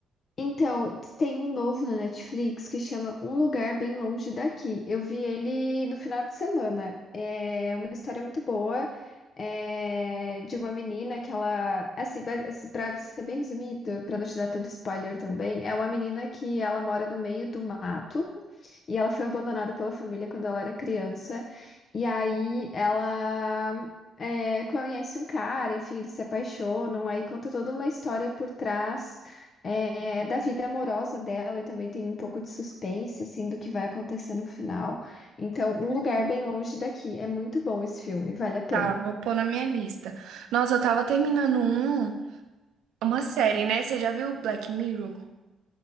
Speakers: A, on the left; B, on the right.
A: Então, tem um novo na Netflix que chama Um Lugar Bem Longe Daqui. Eu vi ele no final de semana. É uma história muito boa, é, de uma menina que ela, assim, pra assim, pra ser bem resumido, pra não te dar tanto spoiler também, é uma menina que ela mora no meio do mato e ela foi abandonada pela família quando ela era criança. E aí ela é, conhece um cara, enfim, eles se apaixonam, aí conta toda uma história por trás é, da vida amorosa dela e também tem um pouco de suspense, assim, do que vai acontecer no final. Então,
B: Que
A: Um
B: legal.
A: Lugar Bem Longe Daqui. É muito bom esse filme, vale a pena.
B: Tá, vou pôr na minha lista. Nossa, eu tava terminando um, uma série, né? Você já viu Black Mirror?